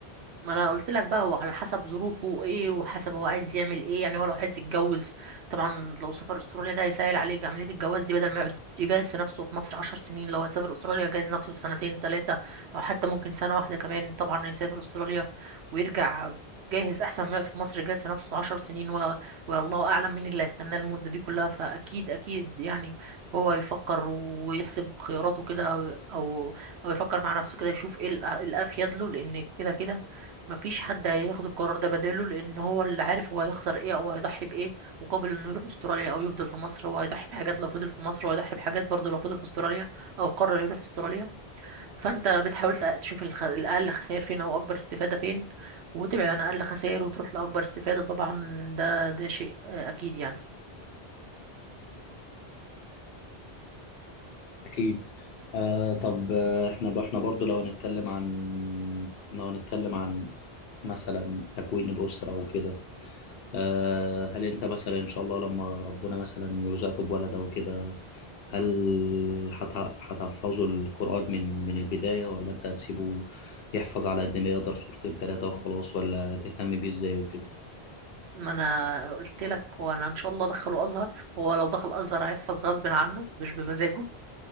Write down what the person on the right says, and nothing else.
ما انا قلت لك بقى هو على حسب ظروفه ايه وحسب هو عايز يعمل ايه يعني هو لو عايز يتجوز طبعا لو سافر استراليا ده هيسهل عليه عملية الجواز دي بدل ما يقعد يجهز في نفسه في مصر عشر سنين لو هيسافر استراليا يجهز نفسه في سنتين ثلاثة او حتى ممكن سنة واحدة كمان طبعا يسافر استراليا ويرجع جاهز احسن ما يقعد في مصر يجهز في نفسه عشر سنين و... والله اعلم مين اللي هيستناه المدة دي كلها فاكيد اكيد يعني هو يفكر ويحسب خياراته كده او او يفكر مع نفسه كده يشوف ايه الأ- الافيد له لان كده كده مفيش حد هياخد القرار ده بداله لان هو اللي عارف هو هيخسر ايه او هيضحي بايه مقابل انه يروح استراليا او يفضل في مصر هو هيضحي بحاجات لو فضل في مصر وهيضحي بحاجات برضه لو فضل في استراليا او قرر يروح استراليا فانت بتحاول تق- تشوف الخ... الاقل خسائر فين او اكبر استفادة فين وتبعد عن اقل خسائر وتروح لاكبر استفادة طبعا ده ده شيء آه، اكيد يعني
ما انا قلت لك وانا ان شاء الله ادخله ازهر هو لو دخل ازهر هيحفظ غصب عنه مش بمزاجه